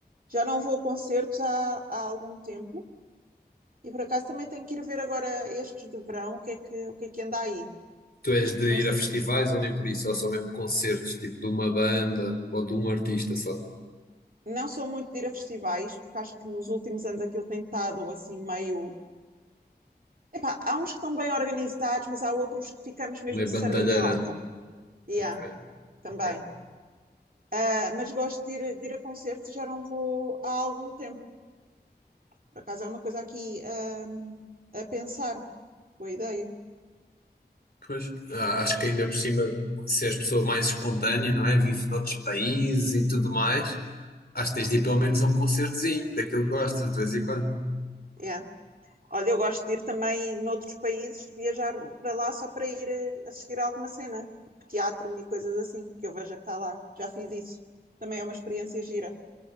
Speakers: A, on the right (about 55°); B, on the left (about 65°).
A: já não vou a concertos há, há algum tempo E por acaso também tenho que ir ver agora estes de verão, o que é que, o que é que anda aí.
B: Tu és de
A: Não
B: ir
A: sei,
B: a
A: se-
B: festivais ou nem por isso, ou só mesmo concertos, tipo de uma banda ou de um artista só,
A: não sou muito de ir a festivais, porque acho que nos últimos anos aquilo tem estado assim meio. Epá, há uns que estão bem organizados, mas há outros que ficamos mesmo
B: meio
A: de sardinha
B: bandalheira.
A: em lata. E
B: Ok,
A: há, também.
B: ok.
A: Ah, mas gosto de ir, de ir a concertos e já não vou há algum tempo. Por acaso é uma coisa aqui, ah, a pensar. Boa ideia.
B: Pois, a- acho que ainda por cima, se és pessoa mais espontânea, não é? Vive noutros países e tudo mais, acho que tens de ir pelo menos a um concertozinho, daquilo que gostas, de vez em quando.
A: Yeah. Olha, eu gosto de ir também noutros países, de viajar para lá só para ir eh, assistir a alguma cena, tipo teatro e coisas assim, que eu veja que está lá. Já fiz isso. Também é uma experiência gira.